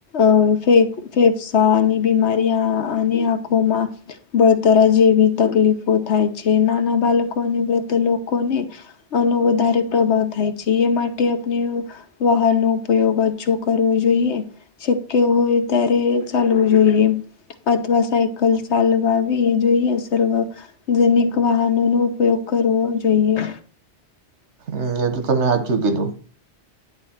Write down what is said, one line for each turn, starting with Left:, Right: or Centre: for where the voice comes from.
Left: અ ફે ફેફસાની બીમારીયા આંખોમાં બળતરા જેવી તકલીફો થાય છે નાના બાળકો અને વૃદ્ધ લોકોને આનો વધારે પ્રભાવ થાય છે એ માટે આપણે વાહન નો ઉપયોગ ઓછો કરવો જોઈએ. શક્ય હોય ત્યારે ચાલવું જોઈએ. અથવા સાયકલ ચાલવાવી જોઈએ સર્વ જનીક વાહનો નો ઉપયોગ કરવો જોઈએ.
Right: હમ્મ એ તો તમે હાચું કીધું.